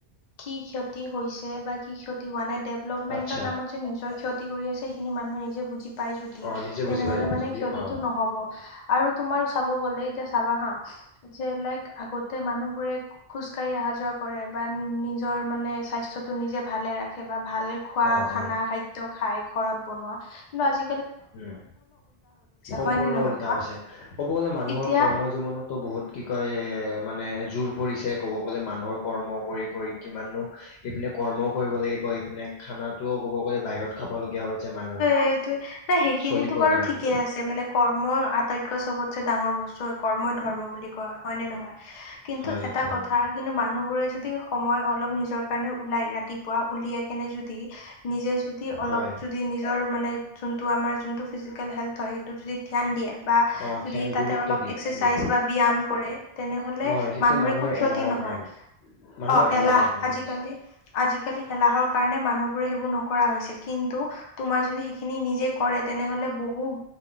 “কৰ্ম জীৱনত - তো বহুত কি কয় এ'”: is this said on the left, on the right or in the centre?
Left